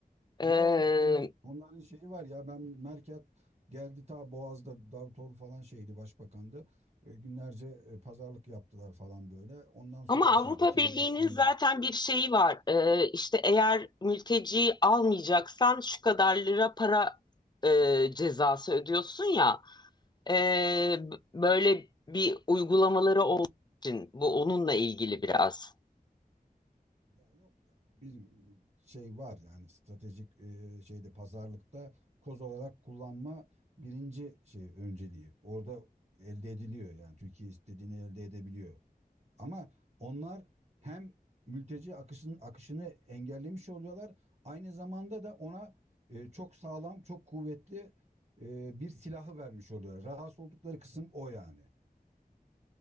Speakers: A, on the left; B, on the right.
A: Ee,
B: Yo yok onların onların şeyi var ya ben Merkel geldi ta Boğaz'da Davutoğlu falan şeydi başbakandı. E, günlerce e, pazarlık yaptılar falan böyle. Ondan sonra
A: ama Avrupa
B: şey oldu 2014.
A: Birliği'nin zaten bir şeyi var. Ee, işte eğer mülteci almayacaksan şu kadar lira para e, cezası ödüyorsun ya. Ee, böyle bir uygulamaları olduğu için bu onunla ilgili biraz.
B: Ya yok ya bizim şey var yani stratejik e, şeyde pazarlıkta koz olarak kullanma birinci şey önceliği. Orada elde ediliyor yani Türkiye istediğini elde edebiliyor. Ama onlar hem mülteci akışının akışını engellemiş oluyorlar. Aynı zamanda da ona e, çok sağlam, çok kuvvetli e, bir silahı vermiş oluyor. Rahatsız oldukları kısım o yani.